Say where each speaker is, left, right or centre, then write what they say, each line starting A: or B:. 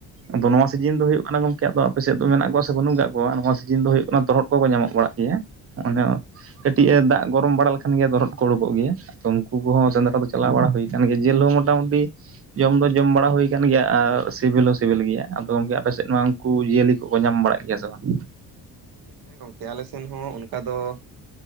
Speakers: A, on the right; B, on the right.
A: ᱟᱫᱚ ᱱᱚᱣᱟ ᱥᱤᱡᱤᱱ ᱫᱚ ᱦᱩᱭᱩᱜ ᱠᱟᱱᱟ ᱜᱚᱝᱠᱮ ᱟᱫᱚ ᱟᱯᱮ ᱥᱮᱫ ᱫᱚ ᱢᱮᱱᱟᱜ ᱠᱚᱣᱟ ᱥᱮ ᱵᱟᱹᱱᱩᱜ ᱠᱟᱜ ᱠᱚᱣᱟ ᱱᱚᱣᱟ ᱥᱤᱡᱤᱱ ᱫᱚ ᱦᱩᱭᱩᱜ ᱠᱟᱱᱟ ᱛᱚᱨᱦᱚᱫ ᱠᱚᱠᱚ ᱧᱟᱢᱚᱜ ᱵᱟᱲᱟᱜ ᱜᱮᱭᱟ, ᱚᱱᱮ ᱠᱟᱹᱴᱤᱡ ᱮ ᱫᱟᱜ ᱜᱚᱨᱚᱢ ᱵᱟᱲᱟ ᱞᱮᱠᱷᱟᱱ ᱜᱮ ᱫᱚᱨᱦᱚᱫ ᱠᱚ ᱩᱰᱩᱠᱚᱜ ᱜᱮᱭᱟ᱾ ᱛᱚ ᱩᱱᱠᱩ ᱠᱚᱦᱚᱸ ᱥᱮᱸᱫᱽᱨᱟ ᱫᱚ ᱪᱟᱞᱟᱣ ᱵᱟᱲᱟ ᱦᱩᱭ ᱟᱠᱟᱱ ᱜᱮᱭᱟ ᱡᱮᱞ ᱦᱚᱸ ᱢᱚᱴᱟ ᱢᱩᱴᱤ ᱡᱚᱢ ᱫᱚ ᱡᱚᱢ ᱵᱟᱲᱟ ᱦᱩᱭ ᱟᱠᱟᱱ ᱜᱮᱭᱟ ᱟᱨ ᱥᱤᱵᱤᱞ ᱦᱚᱸ ᱥᱤᱵᱤᱞ ᱜᱮᱭᱟ, ᱟᱫᱚ ᱜᱚᱢᱠᱮ ᱟᱯᱮ ᱥᱮᱫ ᱢᱟ ᱩᱱᱠᱩ ᱡᱤᱭᱟᱹᱞᱤ ᱠᱚᱠᱚ ᱧᱟᱢ ᱵᱟᱲᱟᱜ ᱜᱮᱭᱟ ᱥᱮ ᱵᱟᱝ?
B: ᱦᱮᱸ ᱜᱚᱝᱠᱮ ᱟᱞᱮ ᱥᱮᱱ ᱦᱚᱸ ᱚᱱᱠᱟ ᱫᱚ